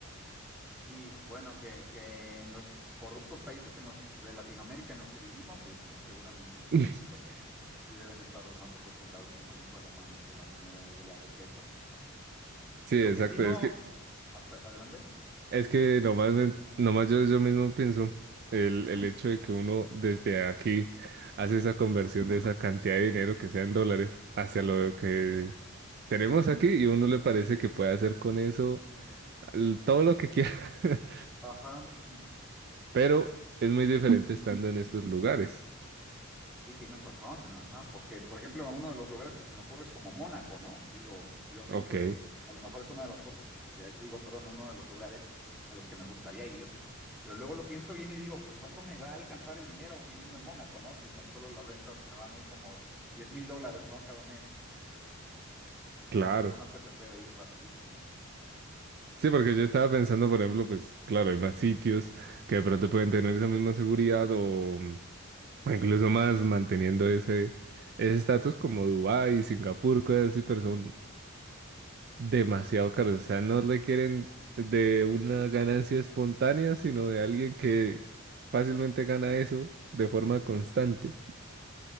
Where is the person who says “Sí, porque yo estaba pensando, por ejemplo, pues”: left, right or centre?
Right